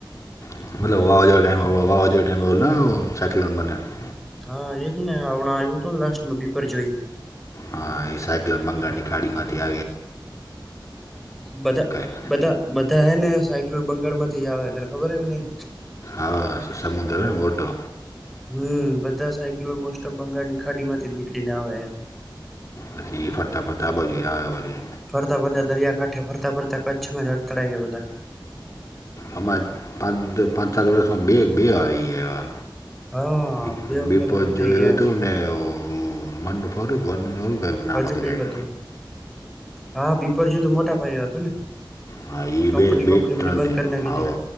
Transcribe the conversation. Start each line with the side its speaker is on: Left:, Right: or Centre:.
Left: <unintelligible>
Centre: હા એજ ને હમણાં આવ્યું હતું ને લાસ્ટમાં બીપર જોઈ
Left: હા ઈ સાયકલ બંગાળની ખાડી માંથી
Centre: બધા
Left: <unintelligible>
Centre: બધા બધા હે ને સાયકલોર બંગાળ માંથી આવે તને ખબર હે કે નઈ
Left: આ સમુદ્રને વોટો
Centre: હમ બધા સાયકલો મોસ્ટ ઓફ બંગાળ ની ખાડી માંથી નીકળીને આવે
Left: પછી ફરતા ફરતા આબાજુ આવે વરી
Centre: ફરતા ફરતા દરિયાકાંઠે ફરતા ફરતા કચ્છમાં જ અડથળાઈ ગયા બધા
Left: અમા પાંચ પાંચ સાત વર્ષમાં બે બે આવી ગયા એવા
Centre: હા
Left: <unintelligible>
Centre: બે વખત અનુભવ થઈ ગયા હજુ કઈક
Left: કંઈક
Centre: હતું હા બીપર જોયું તો મોટા ભાઈ હતું ને
Left: હા ઈ
Centre: કંપની
Left: બે બે
Centre: બંપની બધી
Left: ત્રણ
Centre: બંધ
Left: થયાં
Centre: કરી નાખી
Left: આવઓ
Centre: હતી